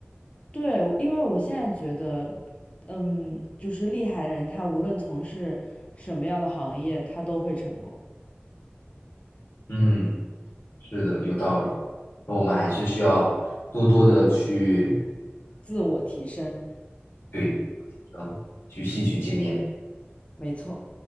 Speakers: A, on the left; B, on the left.
A: 对，因为我现在觉得，嗯，就是厉害的人，他无论从事什么样的行业，他都会成功，
B: 嗯，是的，有道理。那我们还是需要多多的去，
A: 自我提升，
B: 对，嗯，去吸取经验。
A: 没错。